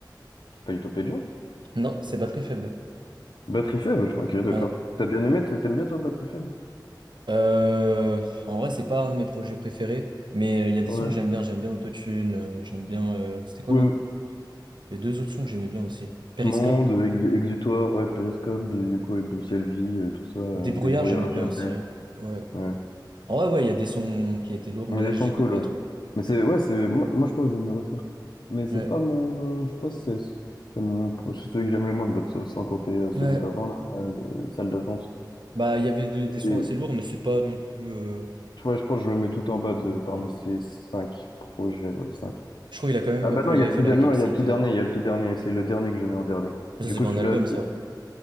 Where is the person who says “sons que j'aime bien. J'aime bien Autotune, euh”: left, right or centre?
Right